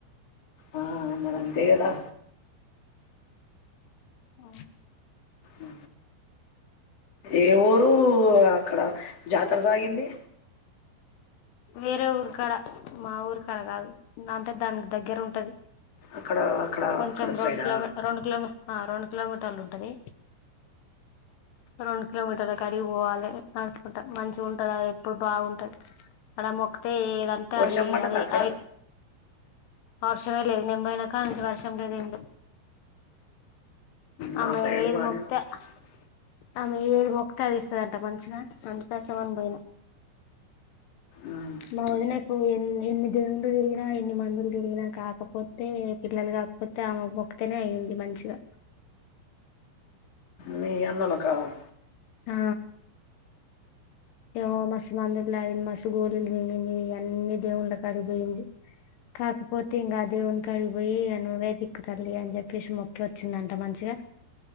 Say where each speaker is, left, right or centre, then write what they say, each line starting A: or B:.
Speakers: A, on the left; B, on the left.
A: ఆ మరి అంతే కదా
B: అ
A: ఆ ఏ ఊరు అక్కడ జాతర సాగింది
B: వేరే ఊరు కాడ మా ఊరు కాడ కాదు అంటే దానికి దగ్గర ఉంటది
A: అక్కడ అక్కడ
B: కొంచెం
A: అక్కడ
B: రెండు
A: సైడా
B: కిలోమీ రెండు కిమీ ఆ రెండు కిలోమీటర్లు ఉంటది రెండు కిలోమీటర్లు కా అడిగి పోవాలి అసుకుంటారు మంచిగా ఉంటంద ఎప్పుడు బాగుంటరు అలా మొ అయితే ఏదంటే
A: వర్షం
B: అది
A: పడ్డదా
B: అది
A: అక్కడ
B: అఐ వర్షమే లేదు నింబైనాకా అడ నుంచి వర్షం లేదు ఏం లేదు
A: మా
B: ఆమె
A: సైడ్
B: ఏది
A: బానే
B: మొక్తే
A: వర్షం వస్తది
B: ఆమె ఏది మొక్త అది ఇస్తుందంట మంచిగా అందుకేసమని పోయినా
A: మ్
B: మా వదినకు ఎన్ని దేవుళ్ళు తిరిగినా ఎన్ని మందులు తిరిగినా కాకపోతే పిల్లలు కాకపోతే ఆమ్మ మొక్తేనే అయింది మంచిగా
A: మీ అన్నల కాలం
B: ఆ ఏమో మస్ మందులుగింది మసు గోళలు వినింది అన్ని దేవుళ్ళ కాడికిపోయింది కాకుపోతె ఇంకా దేవునికినికి పోయి అ నువే దిక్కు తల్లి అని చెప్పేసి మొక్కి వచ్చిందంట మంచిగా